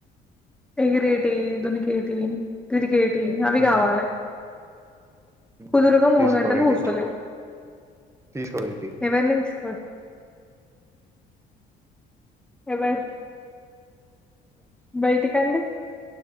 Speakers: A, in the centre; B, on the right (about 15°).
A: ఎగిరేటియీ, దునికేటియీ, తిరిగేట్ టియి అవ్విగావాలె.
B: ఉమ్
A: కుదురుగా
B: ఉమ్
A: మూడు
B: తీసుకోవేటి
A: గంటలు కూసోలేవ్.
B: తీసుకోవేటి
A: ఎవర్ నిల్చోలె. ఎవరు బయటికండి.